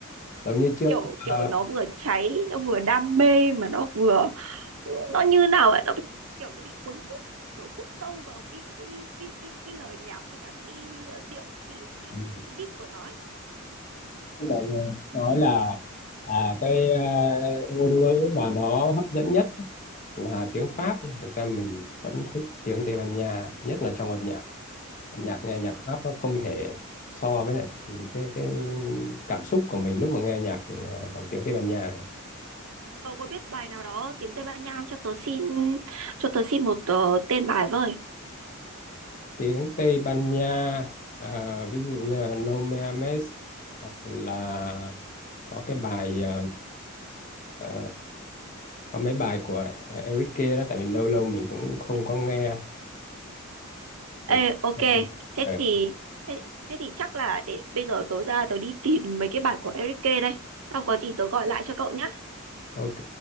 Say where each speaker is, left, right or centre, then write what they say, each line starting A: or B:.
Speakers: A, on the left (about 40°); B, on the right (about 80°).
A: giống như trước
B: kiểu
A: ờ,
B: kiểu nó vừa cháy nó vừa đam mê mà nó vừa nó như nào ấy nó bị, kiểu nó bị cuốn hút kiểu hút sâu vào cái cái cái cái, cái, cái lời nhạc với cả cái ờ, điệu cái cái,
A: ừ,
B: cái beat của nó ấy.
A: mọi người nói là à, cái ờ, ngôn ngữ mà nó hấp dẫn nhất là tiếng Pháp
B: Ừ,
A: nhưng thực ra mình vẫn thích tiếng Tây Ban Nha nhất là trong âm nhạc âm nhạc nghe
B: thế
A: nhạc
B: à
A: Pháp nó không thể so với lại cái cái cảm xúc của mình lúc mà nghe nhạc ờ, bằng tiếng Tây Ban Nha được.
B: cậu có biết bài nào đó tiếng Tây Ban Nha không cho tớ xin cho tớ xin một ờ, tên bài với
A: Tiếng Tây Ban Nha à, ví dụ như là No Me Ames hoặc là có cái bài ờ, ờ, có mấy bài của Enrique đó tại vì lâu lâu mình cũng không có nghe
B: ê
A: Mình không
B: ok
A: nghe luôn.
B: thế
A: Ờ,
B: thì thế, thế thì chắc là để bây giờ tớ ra tớ đi tìm mấy cái bài của Eric K đây xong có gì tớ gọi lại cho cậu nhá
A: ok